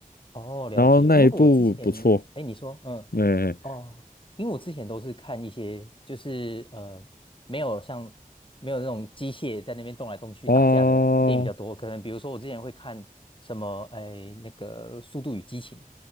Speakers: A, on the left; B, on the left.
A: 哦，了解。
B: 然后那一部不错，
A: 因为我之前，哎，你说，嗯，
B: 嗯，
A: 哦，因为我之前都是看一些，就是呃，没有像没有那种机械在那边动来动去打架的电影比较多。
B: 哦
A: 可能比如说我之前会看什么，哎，那个《速度与激情》，